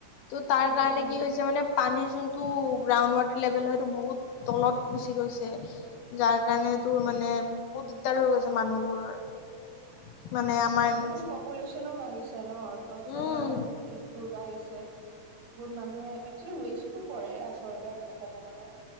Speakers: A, on the left; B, on the right.
A: তো তাৰ
B: উম
A: কাৰণে
B: উম
A: কি হৈছে মানে পানীৰ যোনটো গ্ৰাউণ্ড ৱাটাৰ লেভেল হয়েইটো বহুত তলত গুচি গৈছে যাৰ কাৰণে তোৰ মানে বহুত দিগদাৰ হৈ গৈছে মানুহবোৰৰ মানে
B: তাকেতো
A: আমাৰ
B: আজিকালি পপুলেশ্যনো বাঢ়িছে ন ত' চব
A: উম
B: মানুহৰ নিটবোৰ বাঢ়িছে গহুত মানুহে একচেলি ৱেষ্টটো কৰে আচলতে ক'ব গলে